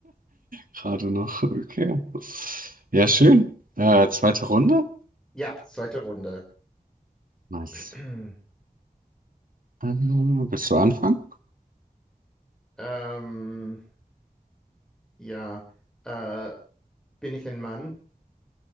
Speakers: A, on the right (about 65°); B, in the centre.
A: gerade noch. Okay. Ja, schön. Äh, zweite Runde.
B: Ja, zweite Runde.
A: Nice.
B: <clears throat>
A: Ähm, willst du anfangen?
B: Ähm, Ja, äh, bin ich ein Mann?